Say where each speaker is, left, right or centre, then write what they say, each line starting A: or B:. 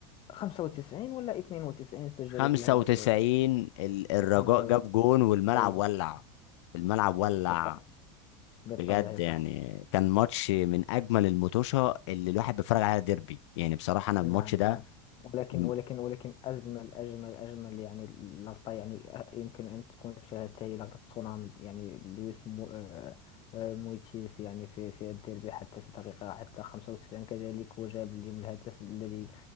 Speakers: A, on the left (about 35°); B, on the left (about 80°).
A: 95 ولا 92 سجلت
B: 95
A: الهدف
B: ال- الرجاء
A: 95
B: جاب جون والملعب
A: ايوه
B: ولع الملعب ولع
A: بالطبع بالطبع
B: بجد
A: يا
B: يعني
A: صاحبي
B: كان ماتش من اجمل المطوشه اللي الواحد بيتفرج عليها ديربي يعني بصراحه انا الماتش
A: نعم
B: ده
A: نعم ولكن
B: م-
A: ولكن ولكن أجمل أجمل أجمل يعني لقطة يعني يمكن أن تكون شاهدتها هي لقطة تسونامي يعني لويس مو آه، آه، مويتيس يعني في في الديربي حتى في دقيقة حتى 95 كذلك وجاب اليوم الهدف الذي